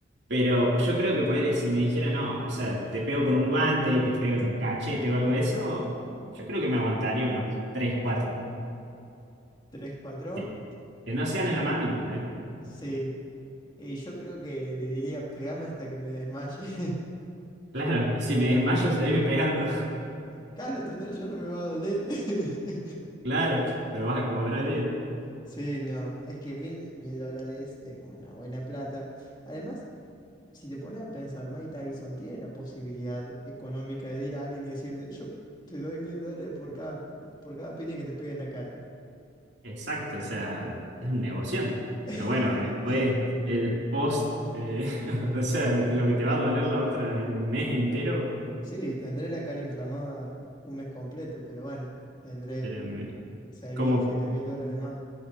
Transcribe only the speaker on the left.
¿Tres, cuatro?
Sí. Y yo creo que le diría, pegame hasta que me desmaye. <laughs>
Claro, total, yo no me va a doler. <laughs>
Sí, no, es que mil, mil dólares es una buena plata. Además, si te pones a pensar, Mike Tyson tiene la posibilidad económica de ir a alguien y decirle, yo te doy mil dólares por cada, por cada piña que te pegue en la cara.
<laughs>
Sí, tendré la cara inflamada un mes completo, pero bueno, tendré
seis
mil, siete mil dólares más.